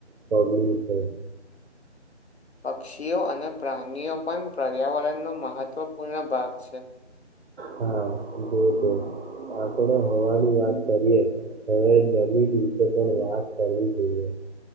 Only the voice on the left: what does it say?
પક્ષીઓ અને પ્રાનીઓ પન પર્યાવરણનો મહત્વપૂર્ણ ભાગ છે.